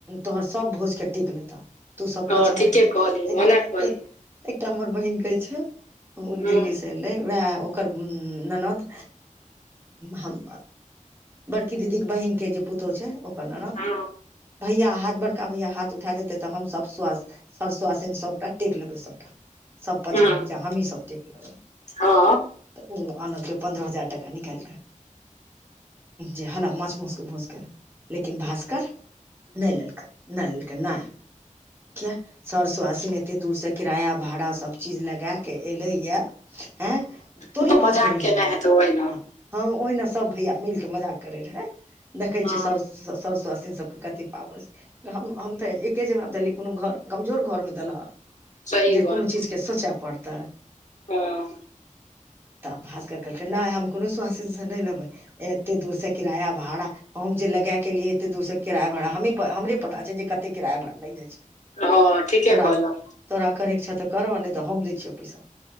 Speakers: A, on the right (about 15°); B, on the left (about 60°).
A: तोहर सभ भोज के टेक लेत‌अ तू सब
B: हँ,
A: पछा
B: ठीके
A: <unintelligible> एक
B: कहलियै
A: एकटा
B: ओना कहलियै
A: एक एकटा हमर बहिन कहै छै ओ
B: हूँ
A: दिल्ली से एलै ओहे ओकर ननद हम बड़की दीदीक बहिनके जे पुतहु छै ओकर ननद
B: हूँ
A: भैया हाथ बड़का भैयाथ उठा देते तऽ हम सब स्वस्थ सर सुआसिन सभटा टेक लेबय सभटा सब पाछा
B: हूँ
A: हैट जा हमहीं सब देख लेबै
B: हँ
A: तऽ ओ आनलकय पन्द्रह हजार टका निकालिक जे हमरा माछ म‌उस भूजकर लेकिन भासकर नहि लेलकै नहि लेलकै नहि किया सर सोआसिन एते दूर स किराया भाड़ा सभ चीज लगा क एलैया हँ तोही
B: ओ तऽ
A: भोज
B: मजाक
A: करी ले
B: केने
A: एलहकऽ
B: हेतै ओहिना
A: हँ ओहिना सब भैया मिलके मजाक करय रहय देखे
B: हँ
A: छियै स सवा सवासिन सबके कतेक पावर छै हम हम तऽ एके जबाब देलियै कोनो घर कमजोर घरमे देलहक
B: सही
A: जे
B: बात
A: कोनो चीजके सोचय पड़तै
B: हँ
A: तऽ भास्कर कहलकै नहि हम कोनो स्वासिनसँ नहि लेबै एतेक दूरसँ किराया भाड़ा हम जे लगा केेलियै एते दूर से किराया भाड़ हमरे पता छै जे कते किराया भाड़ लागि जाइ छै
B: हँ ठीके
A: तोरा
B: कहलौं
A: तोरा करयके छौ तऽ करऽ नहि तऽ हम दै छियौ प‌इसा